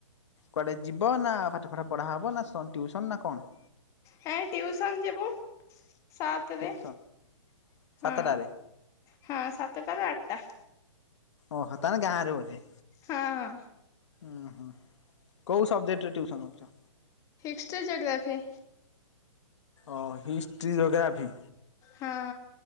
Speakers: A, on the left; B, on the left.
A: କୁଆଡ଼େ ଯିବ ନା ପାଠ ପାଠ ପଢ଼ା ହେବ ନା ଟ୍ୟୁସନ୍ ନା କଣ?
B: ହେ ଟିଉସନ ଯିବୁ ସାତରେ
A: ଟିଉସନ ସାତଟାରେ
B: ହଁ। ହଁ ସାତଟା ରୁ ଆଠଟା।
A: ଓହୋ ତାନେ ଗାଁରେ ବୋଧେ?
B: ହଁ।
A: ଉୁଁ ହୁଁ କୋଉ ସବଜେକ୍ଟ ରେ ଟଟିୁସନ ହଉଚ?
B: History geography.
A: ଓ ହିଷ୍ଟ୍ରି ଜୋଗ୍ରାଫି?
B: ହଁ